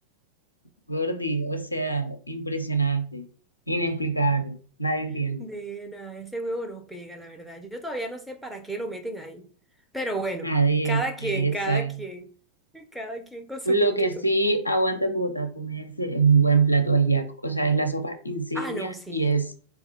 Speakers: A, on the left (about 80°); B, in the centre.
A: gordi. O sea, impresionante, inexplicable. Nadie
B: <laughs>
A: entiende.
B: Nena, ese huevo no pega, la verdad. Yo todavía no sé para qué lo meten ahí. Pero bueno,
A: Nadie,
B: cada quien,
A: nadie
B: cada
A: sabe.
B: quien, <laughs> cada quien con su
A: Lo
B: gusto.
A: que sí aguanta en Bogotá comerse es un buen plato ajiaco. O sea, es la sopa insignia
B: Ah, no, sí.
A: y es,